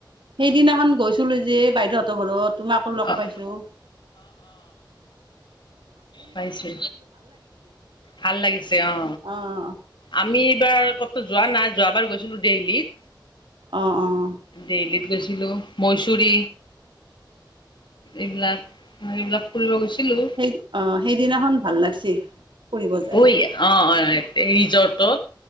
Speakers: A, on the right; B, on the left.
A: সেইদিনাখন গৈছিলো যে বাইদেউহঁতৰ ঘৰত তোমাকো লগ
B: অ'
A: পাইছো
B: পাইছে ভাল লাগিছে অ
A: অঁ
B: আমি এইবাৰ কতো যোৱা নাই যোৱাবাৰ গৈছিলো ডেইলিত
A: অ অ
B: ডেইলিত গৈছিলো মৈচুৰী এইবিলাক এইবিলাক ফুৰিব গৈছিলো
A: সেই অঁ সেইদিনাখন ভাল লাগছি ফুৰিব যায়
B: ঐ অ অ ৰিজৰ্টটো